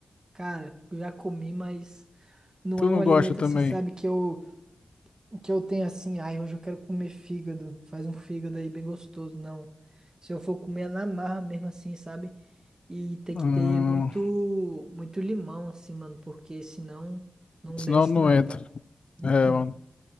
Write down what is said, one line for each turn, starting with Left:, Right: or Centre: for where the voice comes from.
Right: Cara, eu já comi, mas não
Left: Tu
Right: é
Left: não
Right: um alimento
Left: gosta também.
Right: assim, sabe, que eu que eu tenho assim, ai, hoje eu quero comer fígado. Faz um fígado aí bem gostoso, não. Se eu for comer é na marra mesmo assim, sabe? E tem
Left: Hum,
Right: que ter muito muito limão assim, mano, porque senão não
Left: senão
Right: desce
Left: não
Right: não,
Left: entra.
Right: tá? Uh-uh,
Left: É, mano.